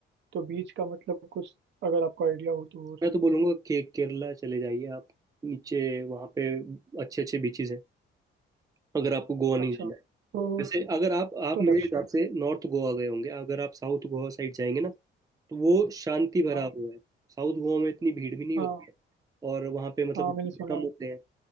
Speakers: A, on the right (about 65°); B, on the right (about 20°).
A: तो बीच का मतलब कुछ अगर आपको आइडिया हो तो और
B: मैं तो बोलूंगा के केरला चले जाइए आप नीचे वहाँ पे अच्छे अच्छे बीचेस हैं अगर आपको गोवा नहीं
A: अच्छा
B: जाना
A: तो
B: है वैसे अगर आप आप
A: तो
B: मेरे
A: लक्ष्य
B: हिसाब से नॉर्थ गोवा गए होंगे अगर आप साउथ गोवा साइड जाएंगे ना तो वो शांति भरा
A: हाँ
B: हुआ है साउथ गोवा में इतनी भीड़ भी नहीं
A: हाँ
B: होती है और वहाँ पे मतलब
A: हाँ
B: लोग
A: मैंने सुना
B: भी कम
A: है
B: होते हैं